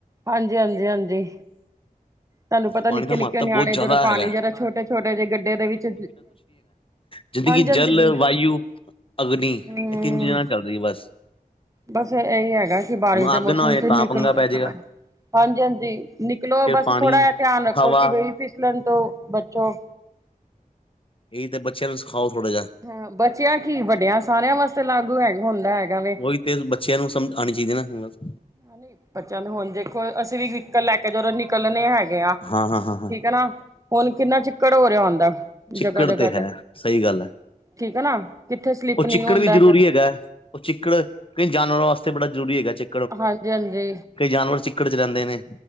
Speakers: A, on the right (about 20°); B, on the left (about 35°).
A: ਹਾਂਜੀ- ਹਾਂਜੀ-ਹਾਂਜੀ। ਤਾਨੂੰ ਪਤਾ
B: ਪਾਣੀ
A: ਨਿੱਕੇ
B: ਦਾ ਮਹੱਤਵ
A: - ਨਿੱਕੇ ਨਿਆਣੇ
B: ਬਹੁਤ ਜ਼ਿਆਦਾ
A: ਜਦੋਂ ਪਾਣੀ
B: ਹੈਗਾ
A: ਜਰਾ ਛੋਟੇ - ਛੋਟੇ ਜਿਹੇ ਗੱਡੇ ਦੇ ਵਿੱਚ
B: ਜਿੰਦਗੀ
A: ਹਾਂਜੀ ਹਾਂਜੀ
B: ਜਲ, ਵਾਯੂ, ਅਗਨੀ
A: ਹਮ
B: ਏ ਤਿੰਨ ਚੀਜ਼ਾਂ ਨਾਲ ਚੱਲ ਜੀ ਬਸ,
A: ਬਸ ਇਹੀ ਹੈਗਾ ਕਿ ਬਾਰਿਸ਼
B: ਨਾ
A: ਦੇ
B: ਅੱਗ
A: ਮੌਸਮ
B: ਨਾ ਹੋਏ
A: ਚ
B: ਤਾਂ
A: ਨਿਕਲ
B: ਪੰਗਾ ਪੈ ਜੇਗਾ।
A: ਹਾਂਜੀ ਹਾਂਜੀ ਨਿਕਲੋ ਬਸ
B: ਪਾਣੀ
A: ਥੋੜਾ ਜਿਆ ਧਿਆਨ ਰੱਖੋ
B: ਹਵਾ
A: ਕਿ ਵਈ ਫੀਸਲਣ ਤੋਂ ਬਚੋ।
B: ਏਈ ਤੇ ਬੱਚਿਆਂ ਨੂੰ ਸਖਾਓ ਥੋੜ੍ਹਾ ਜਿਆ।
A: ਹਾਂ ਬਚਿਆ ਕੀ ਵੱਡਿਆਂ ਸਾਰਿਆਂ ਵਾਸਤੇ ਲਾਗੂ ਹੈ ਹੁੰਦਾ ਹੈਗਾ ਵੇ।
B: ਓਈ ਤੇ ਬੱਚਿਆਂ ਨੂੰ ਸਮਝ ਆਣੀ ਚਾਈਦੀ ਨਾ ਬਸ।
A: ਹਾਨੀ ਬੱਚਿਆਂ ਨੂੰ ਹੁਣ ਦੇਖੋ ਅਸੀਂ ਵੀ ਵੀਕਲ ਲੈਕ ਜਦੋਂ ਨਿਕਲਣੇ ਹੈਗੇ ਆ ਠੀਕ
B: ਹਾਂ ਹਾਂ ਹਾਂ ਹਾਂ
A: ਐ ਨਾ, ਹੁਣ ਕਿੰਨਾ ਚਿੱਕੜ ਹੋ ਰਿਆ ਹੁੰਦਾ।
B: ਚਿੱਕੜ
A: ਜਗ੍ਹਾ ਜਗ੍ਹਾ
B: ਤੇ ਹੈ ਸਈ ਗੱਲ ਐ,
A: ਠੀਕ ਹੈ ਨਾ ਕਿੱਥੇ ਸਲਿੱਪ
B: ਓ ਚਿੱਕੜ
A: ਨਹੀਂ ਹੁੰਦਾ
B: ਵੀ ਜ਼ਰੂਰੀ ਹੈਗਾ। ਓ ਚਿੱਕੜ ਕਈ ਜਾਨਵਰਾਂ ਵਾਸਤੇ ਬੜਾ ਜ਼ਰੂਰੀ ਹੈਗਾ ਚਿੱ
A: ਹਾਂਜੀ ਹਾਂਜੀ।
B: ਕਈ ਜਾਨਵਰ ਚਿੱਕੜ 'ਚ ਰੈਂਦੇ ਨੇ।